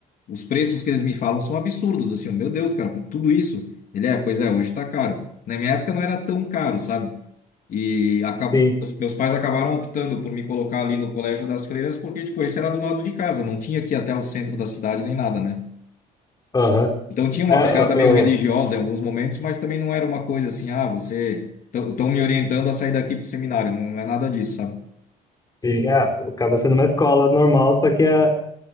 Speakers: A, on the left; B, on the left.
A: os preços que eles me falam são absurdos, assim, "Oh, meu Deus, cara, com tudo isso. Ele é, pois é, hoje tá caro. Na minha época não era tão caro, sabe? E acab...
B: Sim.
A: os meus pais acabaram optando por me colocar ali no Colégio das Freiras, porque, tipo, esse era do lado de casa, não tinha que ir até o centro da cidade nem nada, né?
B: Aham.
A: Então tinha uma
B: É,
A: pegada
B: eu, eu-
A: meio religiosa em alguns momentos, mas também não era uma coisa assim, ah, você. Estão me orientando a sair daqui pro seminário, não é nada disso, sabe?
B: sim, é. Acaba sendo uma escola normal, só que é,